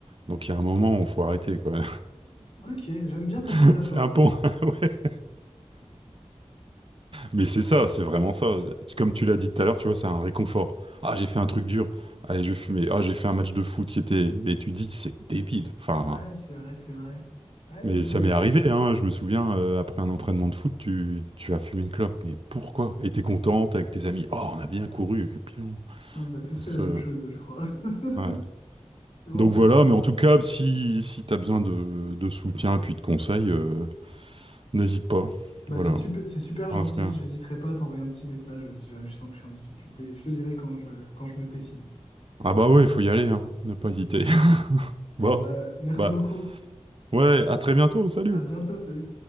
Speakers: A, on the right (about 50°); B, on the left (about 65°).
A: Donc, il y a un moment où il faut arrêter, quoi.
B: Ok, j'aime bien cette
A: <laughs>
B: métaphore.
A: C'est un bon. <laughs> Mais
B: J'ai-
A: c'est ça, c'est vraiment ça. Comme tu l'as dit tout à l'heure, tu vois, c'est un réconfort. Ah, j'ai fait un truc dur. Allez, je vais fumer. Ah, j'ai fait un match de foot qui était. Et tu dis, c'est débile. Enfin,
B: Ouais, c'est vrai, c'est vrai. Ouais,
A: mais
B: c'est-
A: ça m'est arrivé, hein. Je me souviens, euh, après un entraînement de foot, tu, tu as fumé une clope. Mais pourquoi? Et t'es contente avec tes amis. Oh, on a bien couru. Et puis, on,
B: On a tous
A: on
B: fait
A: se.
B: la même chose, je crois. <laughs>
A: ouais.
B: C'est vraiment
A: Donc
B: la-
A: voilà, mais en tout cas, si, si t'as besoin de, de soutien et puis de conseils, euh, n'hésite pas.
B: Bah,
A: Voilà.
B: c'est super, c'est super
A: Parce
B: gentil.
A: que-
B: J'hésiterai pas à t'envoyer un petit message si jamais je sens que je suis en difficulté. Je te dirai quand je, quand je me décide.
A: Ah bah ouais, il faut y aller, hein. Ne pas hésiter. <laughs> Bon.
B: Bah, merci
A: Bah.
B: beaucoup.
A: Ouais, à très bientôt, salut!
B: À bientôt. Salut.